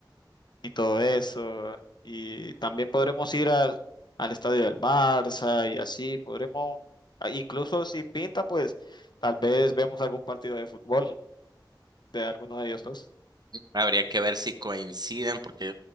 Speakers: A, on the left; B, on the right.
A: y todo eso. Y también podremos ir al, al estadio del Barça y así. Podremos, ah, incluso si pinta, pues tal vez vemos algún partido de fútbol de alguno de ellos dos.
B: Habría que ver si coinciden porque